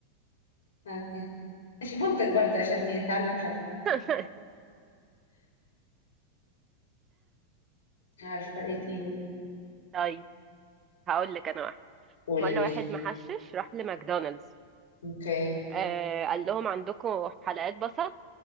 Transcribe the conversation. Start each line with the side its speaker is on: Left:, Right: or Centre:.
Left: يعني ماشي منتج برضه عشان يتعلم حد
Right: <laughs>
Left: عارفة ايه تاني
Right: طيب هقول لك انا
Left: قولي
Right: مرة
Left: ماشي
Right: واحد محشش راح لماكدونالدز
Left: اوكي
Right: آه قال لهم عندكم حلقات بصل